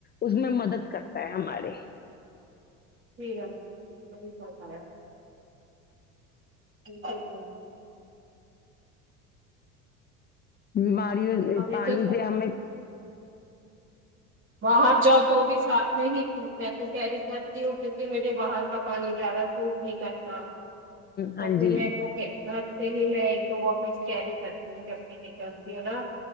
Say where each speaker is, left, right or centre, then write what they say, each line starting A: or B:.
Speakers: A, on the left; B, on the right.
A: اس میں مدد کرتا ہے ہمارے
B: <unintelligible> ج ج
A: <unintelligible>
B: ہمیں
A: پانی
B: تو
A: سے ہمیں
B: باہر جاؤ تو بھی ساتھ میں ہی میں تو کہ رہی کہ کی پھر مجھے باہر کا پانی زیادہ سوٹ نکلتا تو
A: ہاں
B: پھر
A: جی
B: میں تو کہ پلی میں ایک دو باپس کیری کرتی جیتی ہے نا